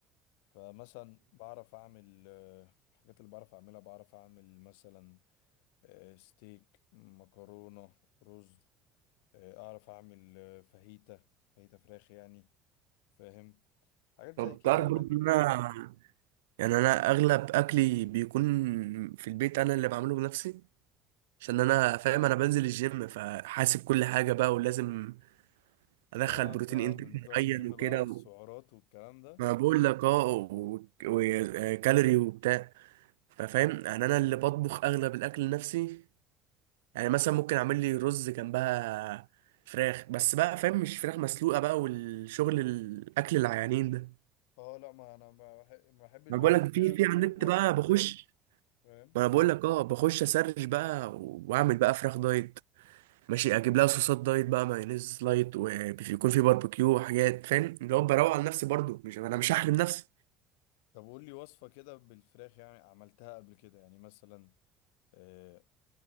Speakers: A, on the left; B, on the right.
A: فمثلا بعرف اعمل آه، الحاجات اللي بعرف اعملها بعرف اعمل مثلا آه، ستيك مكرونة رز آه، اعرف اعمل آه، فاهيتا فاهيتا فراخ يعني فاهم حاجات
B: طب
A: زي كده
B: تعرف برضه
A: يعني
B: ان انا يعني انا اغلب اكلي بيكون في البيت انا اللي بعمله بنفسي عشان انا فاهم انا بنزل الجيم فحاسب كل حاجه بقى ولازم ادخل
A: اه
B: بروتين
A: انت
B: انتك
A: من بتوع
B: معين
A: الجيم
B: وكده
A: بقى والسعرات
B: و...
A: والكلام ده
B: ما بقول لك اه وكالوري و... و- آه، كالوري وبتاع ففاهم يعني انا اللي بطبخ اغلب الاكل لنفسي يعني مثلا ممكن اعمل لي رز جنبها فراخ بس بقى فاهم مش فراخ مسلوقه بقى والشغل الاكل العيانين ده
A: اه لا ما انا ما بح- ما بحبش
B: ما
A: بقى
B: بقول
A: الناس
B: لك
A: اللي
B: في
A: هي بتأفور
B: في على النت بقى
A: بالدايت
B: بخش
A: فاهم
B: ما انا بقول لك اه بخش اسرش بقى واعمل بقى فراخ دايت ماشي اجيب لها صوصات دايت بقى مايونيز لايت ويكون في باربيكيو وحاجات فاهم اللي هو بروق على نفسي برضو مش انا مش هحرم نفسي
A: طب قول لي وصفة كده بالفراخ يعني عملتها قبل كده يعني مثلا آه